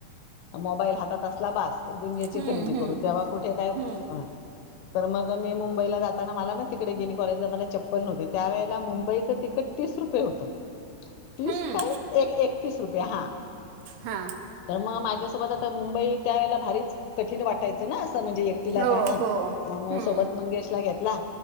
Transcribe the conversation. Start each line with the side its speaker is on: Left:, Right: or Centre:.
Left: मोबाईल हातात बस दुनयेची
Right: हम्म
Left: खरेदी
Right: हम्म
Left: करू तेव्हा कुठे काय
Right: हम्म
Left: अ... तर मग मी मुंबईला जाताना मला ना तिकडे गेली कॉलेजला मला चप्पल नव्हते.. त्या वेळेला मुंबईच तिकीट तीस रुपये होत तीस
Right: हम्म
Left: काय एक एक... तीस रुपे हा
Right: हा
Left: तर मा... तुझ्यासोबतस आता मुंबई त्या याळेला भारीच कठीण वाटायचं ना... त म्हणजे एकटीला
Right: हो
Left: जाणा
Right: हो
Left: मग
Right: हम्म
Left: सोबत मंगेश ला घेतला...